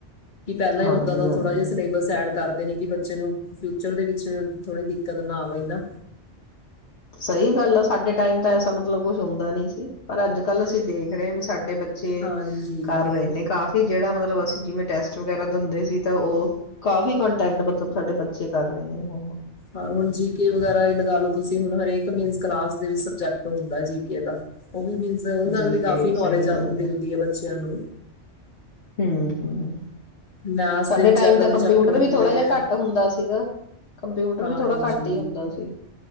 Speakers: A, on the left (about 40°); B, on the left (about 65°).
A: ਕਿ ਪਹਿਲਾਂ
B: ਹਾਂਜੀ
A: ਓਦਾਂ ਨਾਲ
B: ਹਾਂਜੀ
A: ਥੋੜ੍ਹਾ ਜਿ ਸਿਲੇਬਸ ਐਡ ਕਰਦੇ ਨੇ ਕਿ ਬੱਚੇ ਨੂੰ ਫਿਊਚਰ ਦੇ ਵਿੱਚ ਥੋੜ੍ਹੀ ਦਿੱਕਤ ਨਾ ਆਵੇ ਹੋਈ ਨਾ
B: ਸਹੀ ਗੱਲ ਆ ਸਾਡੇ ਟਾਈਮ ਤਾਂ ਐਸਾ ਮਤਲਬ ਕੁਛ ਹੁੰਦਾ ਨ ਸੀ ਪਰ ਅੱਜ ਕੱਲ੍ਹ ਅਸੀਂ ਦੇਖ ਰਹੇ ਹਾਂ ਵੀ ਸਾਡੇ ਬੱਚੇ
A: ਹਾਂਜੀ
B: ਬੱਚੇ ਕਰ ਰਹੇ ਨੇ ਕਾਫੀ ਜਿਹੜਾ ਮਤਲਬ ਅਸੀਂ ਜਿਵੇਂ ਟੈਸਟ ਵਗੈਰਾ ਦਿੰਦੇ ਸੀ ਤਾਂ ਉਹ ਕਾਫੀ ਕੰਟੈਂਟ ਮਤਲਬ ਸਾਡੇ ਬੱਚੇ ਕਰ ਰਹੇ ਨੇ ਉਹ ਹਣ
A: ਹਾਂ ਹੁਣ ਜੀ ਕੇ ਵਗੈਰਾ ਇਹ ਲਗਾ ਲੋੋ ਤੁਸੀਂ ਹੁਣ ਹਰੇਕ ਮੀਨ ਕਲਾਸ ਦੇ ਵਿੱਚ ਸਬਜੈਕਟ ਹੁੰਦਾ ਜੀ ਕੇ ਦਾ ਉਹ ਵੀ ਮਿਲ ਉਹਦੇ ਨਾਲ
B: ਜੀ
A: ਵੀ ਕਾਫ਼ੀ
B: ਕੇ
A: ਨੌਲੇਜ
B: ਸਹੀ
A: ਆ
B: ਗੱਲ
A: ਮਿਲਦੀ ਹੈ ਬੱਚਿਆਂ ਨੂੰ
B: ਹਮ ਹਮ
A: ਮੈਥ
B: ਸਾਡੇ
A: ਦੇ ਵਿਚ
B: ਟਾਈਮ
A: ਇਹਦਾਂ
B: ਦਾ ਕੰਪਿਊਟਰ
A: ਦੇ ਚੈਪਟਰ
B: ਵੀ
A: ਹੁੰਦੇ
B: ਥੋੜਾ ਜਿਹਾ
A: ਆ
B: ਘੱਟ ਹੁੰਦਾ ਸੀਗਾ। ਕੰਪਿਊਟਰ
A: ਹਾਂਜੀ
B: ਵੀ ਥੋੜਾ ਘੱਟ ਹੀ ਹੁੰਦਾ ਸੀ